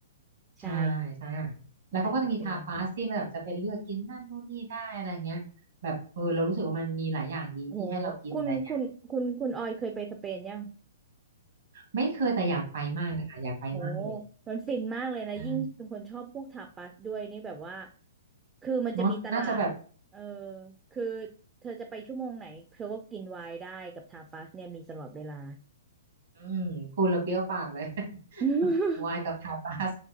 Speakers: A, on the right; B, on the right.
A: ใช่
B: ใช่ใช่ค่ะแล้วเขาก็จะมีทาปาสที่มันแบบจะเป็นเลือกกินนั่นนู่นนี่ได้อะไรเงี้ยแบบเออเรารู้สึกว่ามันมีหลายอย่างดีที่ให้เรากินอะไรเงี้ย
A: อาหารสเปนโหคุณคุณคุณคุณออยเคยไปสเปนยัง
B: ไม่เคยแต่อยากไปมากนะคะอยากไปมากเลย
A: โหมันฟินมากเลยนะ
B: อ่า
A: ยิ่งเป็นคนชอบพวกทาปาสด้วยนี่แบบว่า คือมันจะมีตลาดเออ
B: เนาะน่าจะแบบ
A: คือเธอจะไปชั่วโมงไหนเธอก็กินไวน์ได้กับทาปาสเนี่ยมีตลอดเวลา
B: อืมพูดแล้วเปรี้ยวปากเลย
A: <laughs>
B: <laughs> วายกับทาปาส